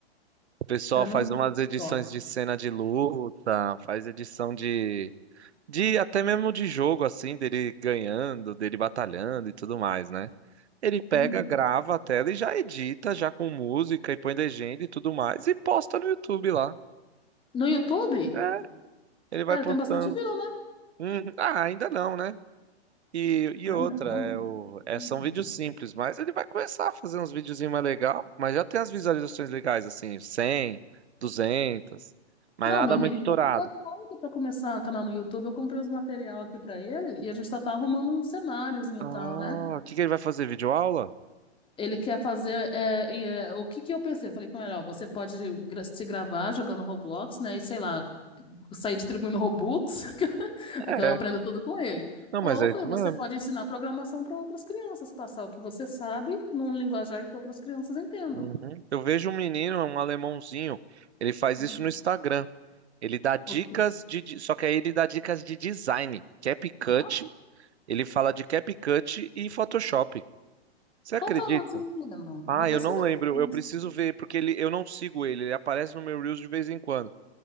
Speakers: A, on the right; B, on the left.
A: O pessoal
B: Cara, não
A: faz
B: usa
A: umas
B: TikTok.
A: edições de cena de luta, faz edição de. De até mesmo de jogo, assim, dele ganhando, dele batalhando e tudo mais, né? Ele pega,
B: Hum.
A: grava a tela e já edita, já com música e põe legenda e tudo mais, e posta no YouTube lá.
B: No YouTube?
A: É, ele vai
B: Cara,
A: postando.
B: tem bastante view, né?
A: Hum, ah, ainda não, né? E, e
B: Ainda
A: outra,
B: não.
A: é o, é,
B: Hum.
A: são vídeos simples, mas ele vai começar a fazer uns videozinhos mais legal, mas já tem as visualizações legais, assim, 100, duzentas mas
B: Não,
A: nada
B: meu menino
A: muito estourado.
B: também tá doido pra começar canal no YouTube. Eu comprei os material aqui pra ele e a gente só tá arrumando um cenáriozinho
A: Ah,
B: e tal, né?
A: o que que ele vai fazer? Videoaula?
B: Ele quer fazer. é, e, é, o que que eu pensei? Eu falei com ele, ó, você pode gra- se gravar jogando Roblox, né? E sei lá, sair distribuindo Robux, <laughs> é
A: É.
B: que eu aprendo tudo com ele.
A: Não,
B: Ou
A: mas é
B: eu falei,
A: isso
B: você
A: mesmo.
B: pode ensinar programação para outras crianças, passar o que você sabe num linguajar que outras crianças entendam.
A: Uhum. Eu vejo um menino, um alemãozinho, ele faz
B: Ah,
A: isso no Instagram. Ele dá dicas
B: ok.
A: de, de- só que aí ele dá dicas de design, Capcut,
B: Ah,
A: ele fala de Capcut e Photoshop. Você
B: qual
A: acredita?
B: que é o nome desse menino?
A: Ah,
B: Eu vou pesquisar
A: eu não lembro,
B: depois.
A: eu preciso ver porque ele, eu não sigo ele, ele aparece no meu Reels de vez em quando.